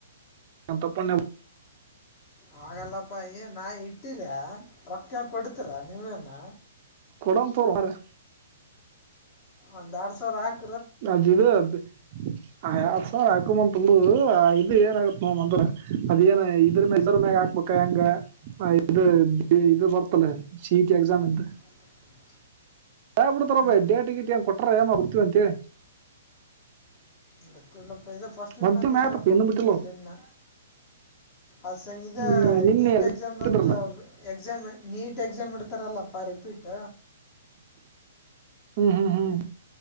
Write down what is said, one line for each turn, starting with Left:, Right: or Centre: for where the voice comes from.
Right: ನ ತಪ್ಪನ್.
Left: ಹಾಗಲ್ಲಪ್ಪಾ ಏ ನಾ ಇಟ್ಟೀರ. ರೊಕ್ಕಂಗ ಕೊಡ್ತೀರಾ ನೀವೇನ.
Right: ಕೊಡನ ತೋರೋ ಮಾರಾಯ.
Left: ಒಂದ್ ಎರಡ್ ಸಾವಿರ ಹಾಕ್
Right: <unintelligible> ಯಡ್ ಸಾವ ಹಾಕಂಬಂತಲ್ಲ ಇದು ಏನ ಆಗುತ್ತತ್ ನ ಅಂದ್ರ ಅದ ಏನ್ ಇದ್ರ ಮಜ್ರ ಮ್ಯಾಗ ಹಾ ಮ ಹೆಂಗ <unintelligible> ಇ ಇ ಬರ್ತಲ್ಲ ಸಿ ಇ ತಿ ಎಕ್ಸಾಮ್ ಎಂತ.
Left: <inaudible>
Right: ಹ ಬಿಡ್ತಾರ
Left: ಹ್ಞೂ
Right: ಬ ಡೇಟ ಗಿಟ್ ಏನ್ ಕೊಟಾರ ಏನ್ ಬರ್ತೀವಿ ಅಂತೇಳಿ.
Left: ಅಷ್ಟ ಇಲ್ಲಪ್ಪ ಇದ ಫಸ್ಟ್ ವೀಕ್
Right: ಒಂದ್
Left: ಅಂದಿದಾರಪ್ಪ
Right: ತಿಂಗ್ಳ್ ಆಯ್ತಪ್ಪ ಇನ್ನು
Left: ಬಿಡ್ಳ್ಳಲ್ಲಿ
Right: ಬಿಟ್ಟಿಲ್ಲ
Left: ಇನ್ನ. ಅ ಸ ಇ
Right: ಅವ್ರು ನಿನ್ನೆ
Left: ನೀಟ್
Right: ಬಿಟ್ಟಿದ್ರಲ್ಲ
Left: ಎಕ್ಸಾಮ್ ಒಂದು ಎಕ್ಸಾಮ್ ನೀಟ್ ಎಕ್ಸಾಮ್ ಇಡ್ ಇಡತರಲ್ಲಪ್ಪ ರಿಪೀಟ್.
Right: ಹ್ಮ ಹ್ಮ್ ಹ್ಮ್.